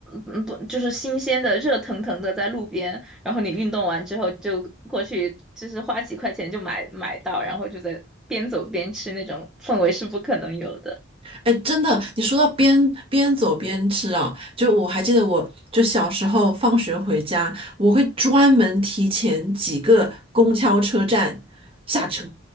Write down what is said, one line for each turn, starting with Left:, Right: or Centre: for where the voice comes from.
Centre: 嗯不就是新鲜的热腾腾的在路边，然后你运动完之后就过去，就是花几块钱就买买到，然后就在边走边吃那种氛围是不可能有的。
Right: 哎，真的，你说到边边走边吃啊，就我还记得我，就小时候放学回家，我会专门提前几个公交车站下车，